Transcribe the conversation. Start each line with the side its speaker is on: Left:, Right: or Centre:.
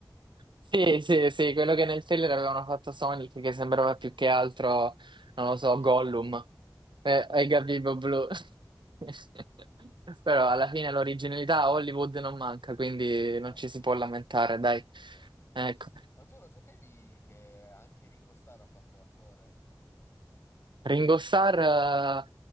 Right: Sì, sì, sì, quello che nel trailer avevano fatto Sonic, che sembrava più che altro, non
Left: Il
Right: lo
Left: Gabibbo
Right: so, Gollum
Left: blu.
Right: eh, e Gabibbo Blu. <laughs> Però alla fine
Left: Sì.
Right: l'originalità a Hollywood non manca, quindi
Left: No,
Right: non ci si
Left: certo.
Right: può lamentare, dai.
Left: Certo.
Right: Ecco.
Left: Ma tu lo sapevi che anche Ringo Starr ha fatto l'attore?
Right: Ringo Starr